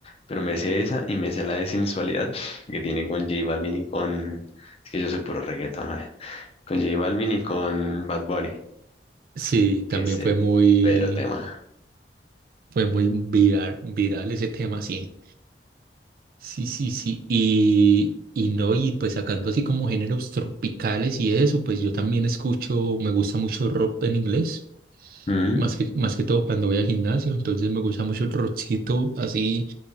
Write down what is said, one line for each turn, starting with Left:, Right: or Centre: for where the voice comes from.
Left: pero me sé esa y me sé la de sensualidad <laughs> que tiene con J Balvin y con... Es que yo soy puro reggaetón, ¿no? Con J Balvin y con Bad Bunny,
Right: Sí, también
Left: que es
Right: fue muy,
Left: pero tema.
Right: fue muy viral, viral ese tema, sí. Sí, sí, sí. Y, y no, y pues sacando así como géneros tropicales y eso, pues yo también escucho, me gusta mucho rock en inglés,
Left: Mm,
Right: más que, más que todo cuando voy al gimnasio, entonces me gusta mucho el rockcito así,